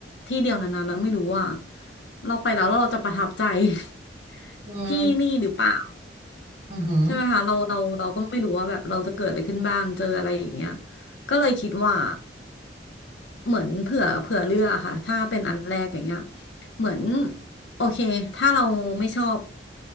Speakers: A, on the left (about 80°); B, on the right (about 55°).
A: ที่เดียวนานๆเราไม่รู้ว่าเราไปแล้วแล้วเราจะประทับใจ <laughs>
B: อืม
A: ที่นี่หรือเปล่า
B: อือหือ
A: ใช่ไหมคะเราเราเราก็ไม่รู้ว่าแบบเราจะเกิดอะไรขึ้นบ้างเจออะไรอย่างเงี้ยก็เลยคิดว่าเหมือนเผื่อเผื่อเลือกอะค่ะถ้าเป็นอันแรกอย่างเงี้ยเหมือนโอเคถ้าเราไม่ชอบ